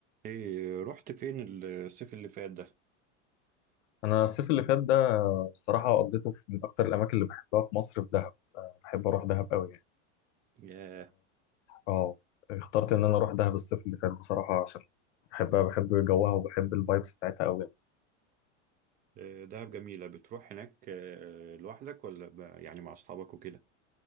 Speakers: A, on the right; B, on the left.
A: ايه رحت فين الصيف اللي فات ده؟
B: انا الصيف اللي فات ده بصراحه قضيته في من اكتر الاماكن اللي بحبها في مصر في دهب أه بحب اروح دهب قوي يعني
A: ياه
B: اه اخترت ان انا اروح دهب الصيف اللي فات بصراحه عشان بحبها بحب جوها وبحب الفايبس بتاعتها قوي
A: آه، دهب جميلة بتروح هناك آه، لوحدك ولا ب- يعني مع أصحابك وكده؟